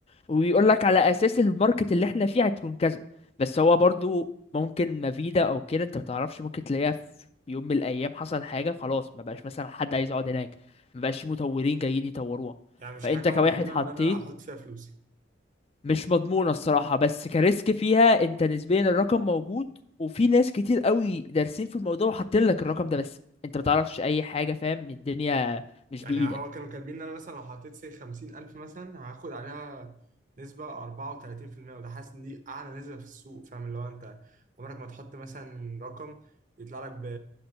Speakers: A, on the left; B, on the right.
A: وبيقول لك على اساس الماركت اللي احنا فيه هتكون كذا بس هو برضو ممكن مفيدة او كده انت بتعرفش ممكن تلاقيها في يوم من الايام حصل حاجة خلاص ما بقاش مثلا حد عايز يقعد هناك ما بقاش في مطورين جايين يطوروها
B: يعني مش
A: فانت
B: حاجه
A: كواحد
B: مضمونه
A: حطيت
B: ان انا احط فيها فلوسي
A: مش مضمونة الصراحة بس كريسك فيها انت نسبيا الرقم موجود وفي ناس كتير قوي دارسين في الموضوع وحاطين لك الرقم ده بس انت متعرفش اي حاجة فاهم الدنيا مش
B: يعني
A: بإيدك
B: هو كانوا كاتبين ان انا مثلا لو حطيت سي 50000 مثلا هاخد عليها نسبة 34% وده حاسس ان دي اعلى نسبة في السوق فاهم اللي هو انت عمرك ما تحط مثلا رقم يطلع لك ب...